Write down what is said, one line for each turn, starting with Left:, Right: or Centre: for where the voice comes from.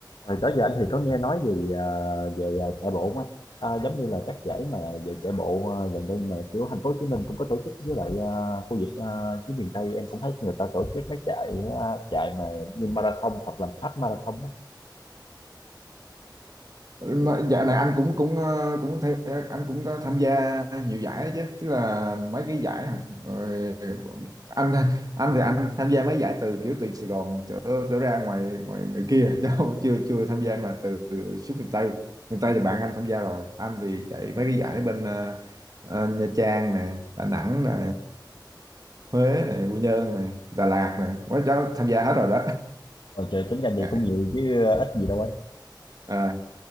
Left: Rồi đó giờ anh thì có nghe nói gì à, về à, chạy bộ không anh? À, giống như là các giải mà về chạy bộ à, gần đây mà kiểu thành phố Hồ Chí Minh cũng có tổ chức với lại à, khu vực à, phía miền Tây em cũng thấy người ta tổ chức mấy chạy à, chạy mà như marathon hoặc là half marathon á.
Right: Mà dạo này anh cũng cũng ờ, cũng thấy anh cũng có tham gia nhiều giải đó chứ tức là mấy cái giải rồi anh anh thì anh tham gia mấy giải từ kiểu từ Sài Gòn trở, trở ra ngoài ngoài ngoài kia <laughs> chứ không, chưa chưa tham gia mà từ xuống miền Tây miền Tây thì bạn anh tham gia rồi anh thì chạy mấy cái giải bên ờ, ờ, Nha Trang nè Đà Nẵng nè Huế nè Quy Nhơn nè Đà Lạt nè quá cháu tham gia hết rồi đó
Left: Rồi trời tính ra vậy
Right: <laughs>
Left: cũng nhiều chứ à, ít gì đâu anh.
Right: Ờ,